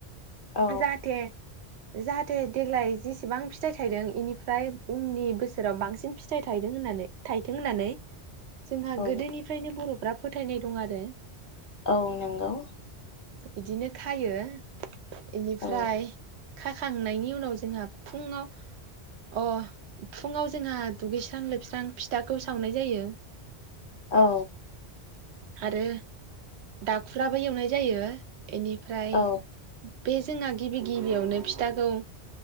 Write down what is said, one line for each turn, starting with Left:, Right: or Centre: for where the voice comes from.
Left: औ
Right: जाहाते जाहाथे देग्लाय जेसेबां फिथाइ थायदों इनिफ्राय उननि बोसोराव बांसिन फि थाइ थायदों होननानै थाइ थों होननानै जोंहा
Left: औ
Right: गोदोनि फ्रायनो बर'फ्रा फोथायनाय दं आरो
Left: औ नोंगौ
Right: बिदिनो खायो इनिफ्राय
Left: औ
Right: खाखांनायनि उनाव जोंहा फुङाव अ फुङाव जोंहा दुगैस्रां लोबस्रां फिथाखौ सावनाय जायो।
Left: औ
Right: आरो दाखुराबो एवनाय जायो। इनिफ्राय
Left: औ
Right: बे जोंहा गिबि गिबियावनो फिथाखौ